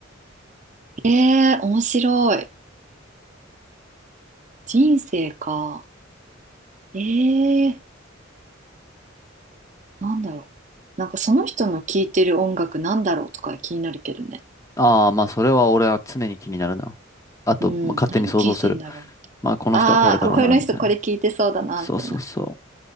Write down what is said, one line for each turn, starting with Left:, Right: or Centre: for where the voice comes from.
Right: えー、面白い。人生か。えー、なんだろう。なんかその人の聴いてる音楽なんだろうとか気になるけどね。
Left: ああ、まあ、それは俺は常に気になるな。あと、
Right: うん、
Left: まあ勝手に想像する。
Right: 何聴いてんだろう。
Left: まあ、この人はこれだろうな、
Right: ああ、ここの人これ聴いてそうだな、
Left: みたいな。そうそうそ
Right: みたいな。